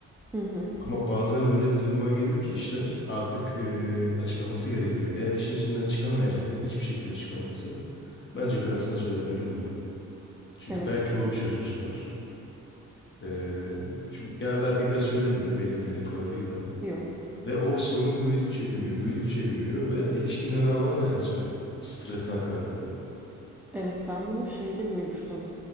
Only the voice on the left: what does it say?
Ama bazen öyle bir duruma geliyor ki işler artık eee, açıklaması gerekiyor. Eğer işin içinden çıkamayacaksa hiçbir şekilde çıkamıyorsa bence karısına söylemeli bunu. Çünkü
belki o bir çözüm sunar. Eee, çünkü genelde erkekler söylemiyor benim bildiğim kadarıyla.
Ve o sorun büyüdükçe büyüyor, büyüdükçe büyüyor ve ilişkinin her alanına da yansıyor. O stresten kaynaklı.